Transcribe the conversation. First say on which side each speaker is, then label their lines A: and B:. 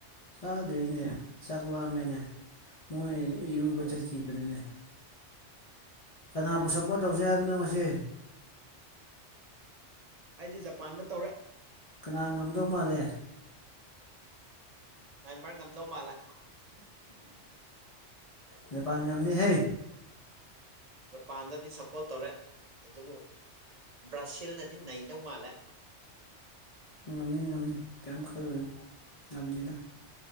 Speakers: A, on the left; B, on the right.
A: ꯆꯥꯗ꯭ꯔꯤꯅꯦ ꯆꯥꯛꯂꯥꯝꯃꯦꯅꯦ ꯃꯣꯏ ꯏꯔꯨꯕ ꯆꯠꯈꯤꯕꯅꯤꯅꯦ ꯀꯅꯥꯕꯨ ꯁꯄꯣꯔꯠ ꯇꯧꯁꯦ ꯍꯥꯏꯕꯅꯣ ꯉꯁꯤ
B: ꯑꯩꯗꯤ ꯖꯄꯥꯟꯗ ꯇꯧꯔꯦ
A: ꯀꯅꯥ ꯉꯝꯗꯧ ꯃꯥꯜꯂꯦ
B: ꯅꯦꯃꯥꯔ ꯉꯝꯗꯧ ꯃꯥꯜꯂꯦ
A: ꯖꯄꯥꯟ ꯉꯝꯅꯤ ꯍꯦ
B: ꯖꯄꯥꯟꯗꯗꯤ ꯁꯄꯣꯔꯠ ꯇꯧꯔꯦ ꯑꯗꯨꯕꯨ ꯕ꯭ꯔꯥꯁꯤꯜꯅꯗꯤ ꯅꯩꯗꯧ ꯃꯥꯜꯂꯦ
A: ꯉꯝꯅꯤ ꯉꯝꯅꯤ ꯀꯩꯌꯝ ꯈꯜꯂꯨꯅꯣ ꯉꯝꯅꯤꯗ